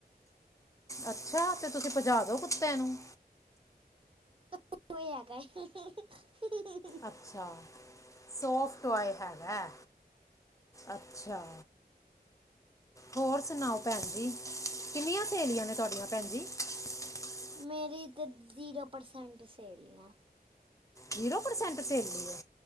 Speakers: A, on the left (about 20°); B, on the right (about 35°).
A: ਅੱਛਾ, ਤੇ ਤੁਸੀਂ ਭਜਾ ਦੋ ਕੁੱਤੇ ਨੂੰ।
B: <unintelligible>
A: ਅੱਛਾ। ਸੋਫਟ ਟੋਆਏ ਹੈਗਾ, ਅੱਛਾ। ਹੋਰ ਸੁਣਾਓ ਭੈਣ ਜੀ, ਕਿੰਨੀਆਂ ਸਹੇਲੀਆਂ ਨੇ ਤੁਹਾਡੀਆਂ ਭੈਣ ਜੀ? <unintelligible> <inaudible>
B: ਮੇਰੀ ਤੇ ਜ਼ੀਰੋ ਪਰਸੈਂਟ ਸੇਲੀਆਂ।
A: ਜ਼ੀਰੋ ਪ੍ਰਸੈਂਟ ਸਹੇਲੀ ਐ।